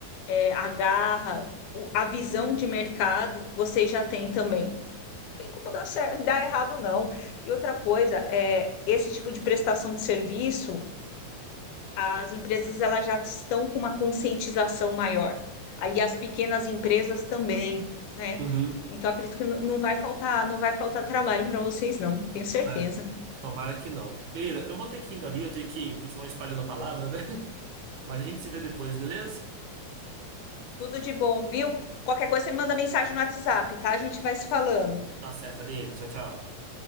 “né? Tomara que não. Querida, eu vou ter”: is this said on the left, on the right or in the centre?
Right